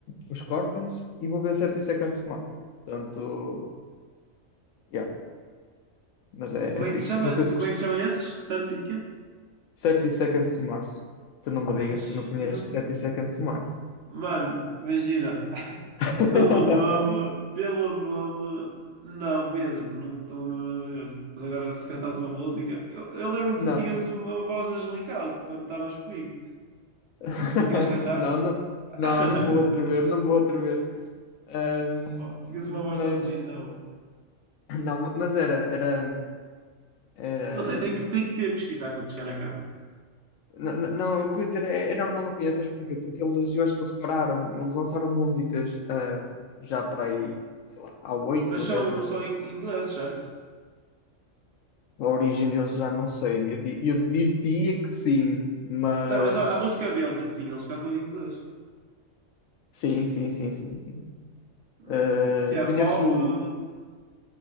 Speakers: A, on the left; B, on the right.
A: os Scorpions e vou ver Thirty Seconds to Mars. Portanto, yeah, mas é,
B: Como
A: é fixe.
B: é que se chama
A: Não sei
B: esse?
A: se
B: Como
A: gost-
B: é que se chama esses? Tartica?
A: 30 Seconds to Mars. Tu não me
B: Mas,
A: digas que não
B: eu
A: conheces
B: não...
A: Thirty Seconds to Mars.
B: Mano, imagina,
A: <laughs>
B: Pelo nome, pelo nome, não mesmo, não estou mesmo a ver. Mas agora, se cantasse uma música, eu, eu lembro
A: Não.
B: que tu tinhas uma voz angelical quando estavas comigo.
A: <laughs>
B: Não queres cantar?
A: Não, não,
B: <laughs>
A: não, não vou atrever, não vou atrever. Ahm,
B: Oh, tinhas uma voz
A: mas,
B: tão bonita. mano.
A: não, mas era, era, era,
B: Não sei, tenho, que- tenho que pesquisar quando chegar a casa.
A: não, não, não, eu queria dizer, é, é normal não conheças porquê? Porque eles, eu acho que eles pararam, eles lançaram músicas, ah, já para aí, sei lá, há oito
B: Mas são,
A: ou dez anos.
B: são em em inglês, certo?
A: A origem deles já não sei, eu, di- eu diria que sim, mas,
B: Não, mas a, a música deles, assim, eles cantam em inglês.
A: sim, sim, sim, sim, sim.
B: Hum,
A: Ah,
B: Que é
A: conheço
B: pop. hum,